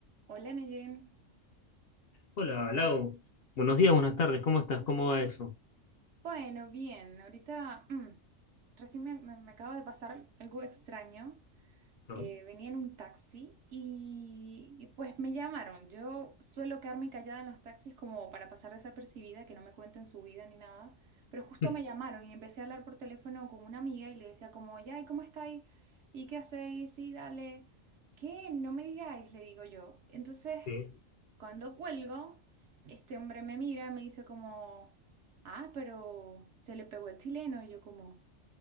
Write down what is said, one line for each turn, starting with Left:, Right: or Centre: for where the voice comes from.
Right: Hola, Neyen.
Left: Hola, Lau. Buenos días, buenas tardes. ¿Cómo estás? ¿Cómo va eso?
Right: Bueno, bien, ahorita mm, recién me, me- me acaba de pasar algo extraño.
Left: ¿No?
Right: Eh, venía en un taxi y, y, pues me llamaron. Yo suelo quedarme callada en los taxis como para pasar desapercibida, que no me cuenten su vida ni nada, pero justo
Left: <laughs>
Right: me llamaron y empecé a hablar por teléfono con una amiga y le decía como, ya, ¿y cómo estáis? ¿Y qué hacéis? Sí, dale. ¿Qué? No me digáis, le digo yo. Entonces...
Left: Sí,
Right: Cuando cuelgo, este hombre me mira, me dice como, ah, pero se le pegó el chileno. Y yo como,